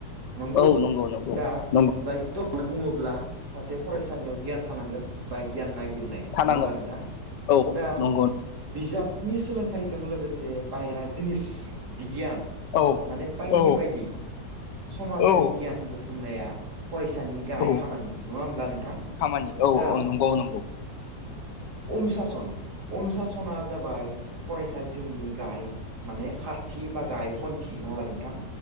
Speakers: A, on the right (about 70°); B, on the left (about 80°).
A: नंगौ
B: औ नंगौ
A: दा
B: नंगौ
A: दायत'‌ बुङोब्ला सासे फरायसानियाव गियान थानांगोन बा गियान नागिर नाय
B: थानांगोन
A: नङा होमब्ला नोंथां?
B: औ
A: दा
B: नंगौ
A: बिजाब नि सोलोंथाइजों लोगोसे बाहेरा जिनिस बिगियान
B: औ
A: माने बायदि-बायदि
B: औ
A: समाजारि
B: औ
A: गियान बुथुमनाया फरायसानि गाहाय
B: औ
A: खामानि नङा होमब्ला नोंथां
B: खामानि औ
A: दा
B: औ नंगौ नंगौ
A: अनु साासन-अनु साासना जाबाय फरायसा जिउनि गाहाय माने खारथि बा गाहाय खन्थि नंङाओब्ला नोंथां